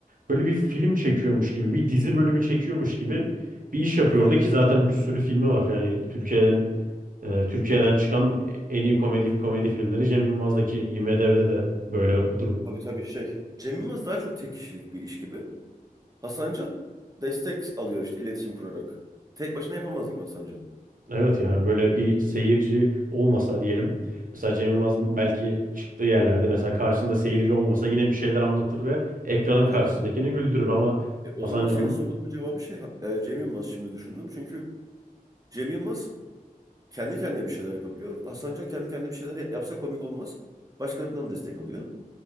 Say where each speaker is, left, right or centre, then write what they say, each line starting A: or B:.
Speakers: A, on the right (about 65°); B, on the right (about 25°).
A: böyle bir film çekiyormuş gibi, bir dizi bölümü çekiyormuş gibi bir iş yapıyor
B: Aynen.
A: orada ki zaten bir sürü filmi var. Yani Türkiye'den e, Türkiye'den çıkan en iyi komedi komedi filmleri Cem Yılmaz'daki IMDb'de de böyle bu durum.
B: Tabii tabii şey. Cem Yılmaz daha çok tek kişilik bir iş gibi. Hasancan destek alıyor işte iletişim kurarak. Tek başına yapamaz gibi Hasancan.
A: Evet yani böyle bir seyirci olmasa diyelim. Mesela Cem Yılmaz belki çıktığı yerlerde mesela karşısında seyirci olmasa yine bir şeyler anlatır ve ekranın
B: Tabii
A: karşısındakini
B: tabii.
A: güldürür ama
B: E, o
A: Hasan
B: zaman
A: Can'ın
B: senin sorunun cevabı şey ha- e, Cem Yılmaz şimdi düşündüm. Çünkü Cem Yılmaz kendi kendine bir şeyler yapabiliyor. Hasancan kendi kendine bir şeyler ya- yapsa komik olmaz. Başkalarından destek alıyor.